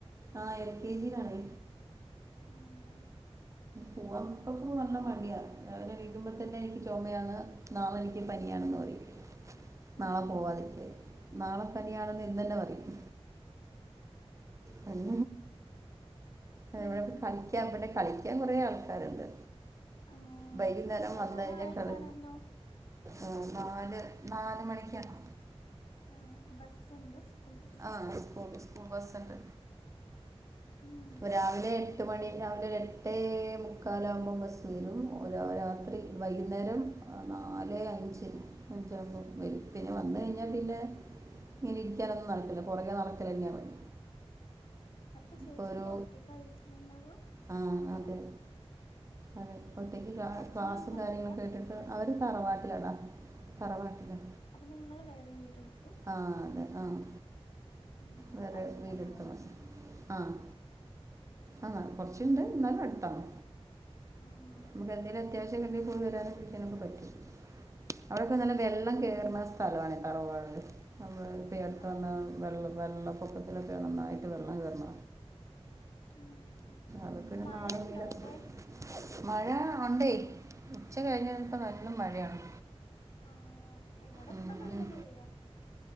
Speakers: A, on the right (about 30°); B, on the left (about 60°).
A: ആഹ് എൽ കെ ജിയിലാണ്.
B: ആഹ്.
A: പോവാൻ ഇപ്പൊ പോവാൻ നല്ല മടിയാ. രാവിലെ എണീക്കുമ്പോ തന്നെ എനിക്ക് ചുമയാണ്. നാളെ എനിക്ക് പനിയാണെന്ന് പറയില്ലേ. നാളെ
B: ആഹ്
A: പോവാതിരിക്കാൻ. നാളെ പനിയാണെന്ന് ഇന്ന് തന്നെ പറയും. പനി <unintelligible>
B: ഉം
A: കളിക്കാൻ പിന്നെ കളിക്കാൻ കുറേ ആൾക്കാരുണ്ട്.
B: ആഹ്
A: വൈകുന്നേരം
B: വരാനായി
A: വന്നു കഴിഞ്ഞാ കളി
B: കാണല്ലോ
A: ഏഹ് നാല് നാലു മണിക്കാണോ?
B: ആഹ് ബസ്സ് ഇണ്ട് സ്കൂള് ബ
A: ആഹ് സ്കൂൾ സ്കൂൾ ബസ്സുണ്ട്.
B: ഉം
A: രാവിലെ എട്ട് മണി രാവിലെ ഒരു എ ട്ടേ മുക്കാലാവുമ്പോ ബസ്സ് വരും. ഒര രാത്രി വൈകുന്നേരം അഹ് നാലേ അഞ്ച് അഞ്ചാഉമ്പം വരും. പിന്നെ വന്നഴിഞ്ഞാ
B: ഉം
A: പിന്നെ ഇങ്ങനെ ഇരിക്കാനൊന്നും നടക്കില്ല. പുറകെ നടക്കലന്നെ പണി.
B: അപ്പൊ ചേച്ചി
A: ഇപ്പോൾ ഒരു
B: ഇപ്പ ഒറ്റക്കാ വീട്ടിലുണ്ടാവാ.
A: ആ
B: അല്ലെ
A: അതെ അതെ ഒറ്റയ്ക്ക് ക്ലാ
B: അച്ഛനും
A: ക്ലാസ്സും
B: അമ്മ ഒന്നുല്ല
A: കാര്യങ്ങളൊക്കെ കേട്ടിട്ട്
B: ഹസ്ബൻഡിന്റെ
A: അവര് തറവാട്ടിലാടാ. തറവാട്ടിലാ.
B: അപ്പ നിങ്ങള് വേറെ വീടെടുത്തു.
A: ആഹ് അതെ ആഹ്
B: ഉം
A: വേറെ
B: അടുത്തന്നെ
A: വീട് എടുത്തു
B: ആവുല്ലേ
A: <unintelligible> ആഹ് ആഹ് കൊർച്ണ്ട്. ന്നാലും അടുത്താണ്.
B: ആഹ്
A: നമുക്ക് എന്തെലും അത്യാ റ്റക്കെന്തെ പോയ്‌ വരാനും പിടിക്കാനൊക്കെ പറ്റും. അവിടെക്കെ
B: ആഹ്
A: നല്ല
B: ആഹ്
A: വെള്ളം കേറ്ണ സ് തലമാന് ഈ തറവാട് നമ്മൾ ഇപ്പടുത്ത്
B: ആഹ്
A: വന്ന വെള്ളം വെള്ളപ്പൊക്ക ഇതിലൊക്കെ നന്നായിട്ട് വെള്ളം കെർണ
B: ഉം
A: അതൊക്കെ ഒരു
B: മഴണ്ടോ
A: നാടും വീടൊക്കെ
B: അവ്ടെ
A: മഴ ഒണ്ടേ ഉച്ച കഴിഞ്ഞപ്പോ നല്ല മഴയാണ്
B: ആഹ് ഇവിടെ
A: ഉം,
B: ഇപ്പ നല്ല
A: ഉം,
B: വെയില